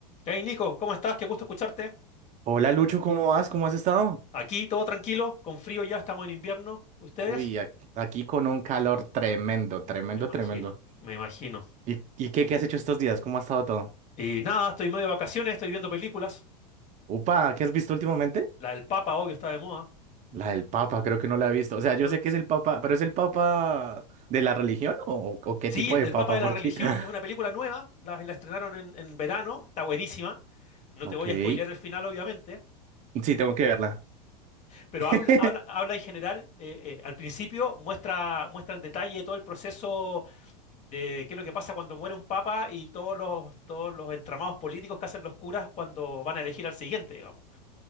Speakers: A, on the left; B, on the right.
A: Hey Nico, ¿cómo estás? Qué gusto escucharte.
B: Hola Lucho, ¿cómo vas? ¿Cómo has estado?
A: Aquí todo tranquilo, con frío ya, estamos en invierno. ¿Ustedes?
B: Uy, ac- aquí con un calor tremendo, tremendo,
A: Me imagino,
B: tremendo.
A: me imagino.
B: ¿Y, y qué, qué has hecho estos días? ¿Cómo ha estado todo?
A: Y nada, estoy medio de vacaciones, estoy viendo películas.
B: Upa, ¿qué has visto últimamente?
A: La del Papa, obvio, está de moda.
B: La del Papa, creo que no la he visto. O sea, yo
A: No
B: sé
A: la-
B: que es el Papa, pero ¿es el Papa de la religión o, o qué
A: Sí,
B: tipo de
A: El
B: Papa?
A: Papa de
B: Porque...
A: la Religión
B: <laughs>
A: es una película nueva, la, la estrenaron en, en verano, está buenísima. No
B: Ok,
A: te voy
B: sí,
A: a spoilear el final, obviamente,
B: tengo que verla.
A: pero habla,
B: <laughs>
A: habla, habla en general, eh, eh, al principio muestra, muestra en detalle todo el proceso de qué es lo que pasa cuando muere un papa y todos los, todos los entramados políticos que hacen los curas cuando van a elegir al siguiente, digamos.